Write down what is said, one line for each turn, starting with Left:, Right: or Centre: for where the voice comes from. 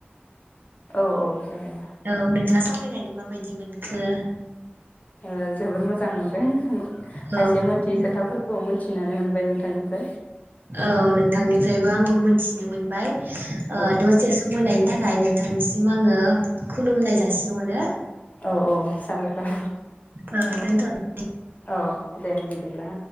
Left: औ औ जाबाय
Right: औ नोंथाङा सावरायनानै माबायदि मोन खो
Left: ओ जोबोर मोजां मोनदों खायसे
Right: औ औ
Left: मोनथियै खोथाफोरखौ मोनथि नानै मोनबाय नोंथांनिफ्राय।
Right: औ नोंथांनिफ्रायबो आंबो मोनथिनो मोनबाय। ओ
Left: औ
Right: दसे सम होनायनि थाखाय खाय नोंथांनिसिम आङो खुलुमनाय जासिहरो।
Left: औ औ साबायखर
Right: ओ दोनथ'नो
Left: औ दे बिदिब्ला